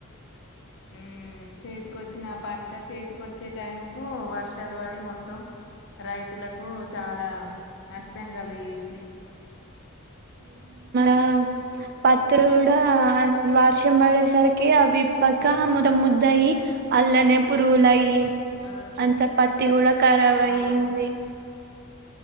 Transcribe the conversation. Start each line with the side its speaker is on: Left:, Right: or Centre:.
Left: ఊమ్ చేతి ఒచ్చిన పంట చేతికి వచ్చే టైం కు వర్షాలు పడి మొత్తం రైతులకు చాలా నష్టం కలగ జేషినయ్
Right: ఆ పత్తులు గూడా ఆ వర్షం పడేసరికి అవిప్పక మొత మొ ముద్దయి అల్లనే పురుగులయి
Left: ఆ
Right: అంత పత్తి గూడా ఖరావయింది
Left: ఆ